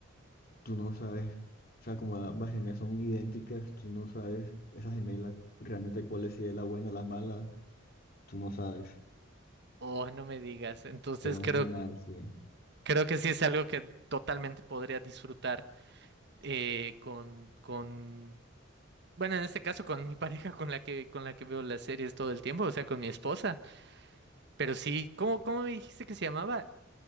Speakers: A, on the left; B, on the right.
A: tú no sabes, o sea, como ambas gemelas son idénticas, tú no sabes esa gemela realmente cuál es, si es la buena, la mala, tú no sabes.
B: Oh, no me digas. Entonces
A: Queda un
B: creo,
A: final,
B: Mm.
A: sí.
B: creo que sí es algo que totalmente podría disfrutar eh, con, con, bueno, en este caso con mi <laughs> pareja con la que, con la que veo las series todo el tiempo, o sea, con mi esposa. Pero sí, ¿cómo, cómo me dijiste que se llamaba?